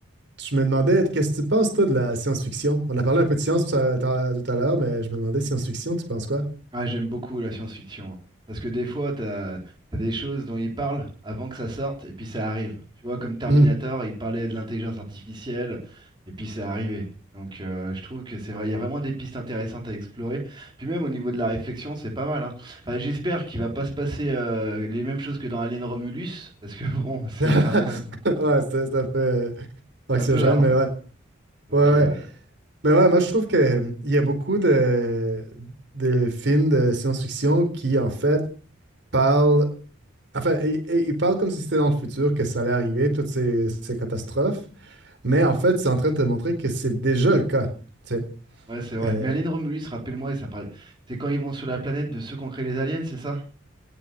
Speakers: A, on the right (about 55°); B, on the right (about 25°).
A: je me demandais, qu'est-ce que tu penses, toi, de la science-fiction? On a parlé un peu de science tout à tout à l'heure, mais je me demandais, science-fiction, tu penses quoi?
B: Ah, j'aime beaucoup la science-fiction. hein. Parce que des fois, t'as, t'as des choses dont ils parlent avant que ça sorte, et puis ça arrive. Tu vois, comme Terminator,
A: Mhm.
B: il parlait de l'intelligence artificielle, et puis c'est arrivé. Donc euh, je trouve que c'est vrai, il y a vraiment des pistes intéressantes à explorer. Puis même au niveau de la réflexion, c'est pas mal. hein. Enfin, j'espère qu'il va pas se passer euh, les mêmes choses que dans Alien Romulus, parce que <laughs> bon,
A: <laughs>
B: c'est
A: Ouais,
B: quand même
A: c'est c'est un peu euh, anxiogène,
B: un peu hard.
A: mais ouais.
B: Donc
A: Ouais,
B: euh,
A: ouais. Mais ouais, moi, je trouve que, euh, il y a beaucoup de, de films de science-fiction qui, en fait, parlent. Enfin, et- et il parle comme si c'était dans le futur, que ça allait arriver, toutes ces, ces catastrophes, mais en fait, c'est en train de te montrer que c'est déjà le cas. tu sais.
B: ouais, c'est vrai.
A: Euh,
B: Mais Alien Romulus, rappelle-moi, et ça parle... c'est quand ils vont sur la planète de ceux qui ont créé les aliens, c'est ça?